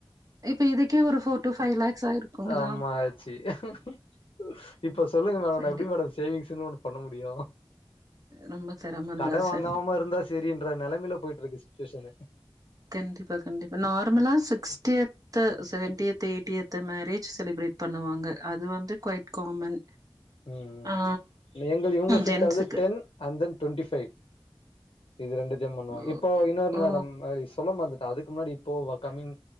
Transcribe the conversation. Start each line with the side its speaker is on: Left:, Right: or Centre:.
Right: இப்ப இதுக்கே ஒரு ஃபோர் டூ ஃபைவ் லாக்ஸ் ஆயிருக்குங்களா
Left: ஆமா ஆச்சு. இப்ப சொல்லுங்க மேடம்
Right: சரி
Left: நா எப்டி மேடம் சேவிங்ஸ்ன்னு ஒண்ணு பண்ண முடியு
Right: ரொம்ப சிரமந்தா
Left: கட வாங்காமா
Right: சார்
Left: இருந்தா செரின்ற நிலைமையில போயிட்டு இருக்கு சுச்சுவேசனு
Right: கண்டிப்பா கண்டிப்பா நார்மலா sixtieth seventieth eightieth the marriage celebrate பண்ணுவாங்க அது வந்து குவயிட் காமன்
Left: ம் ம்
Right: ஆ
Left: ம் எங்க இவுங்க சைட்ல
Right: ஜென்ஸுக்கு
Left: வந்து ten and then twenty five இது ரெண்டுத்தையு பண்ணுவாங்
Right: ஓ
Left: இப்ப இன்னொனு
Right: ஓ,
Left: மேடம் சொல்ல மறந்துட்டே அதுக்கு முன்னாடி இப்போ வா கமிங்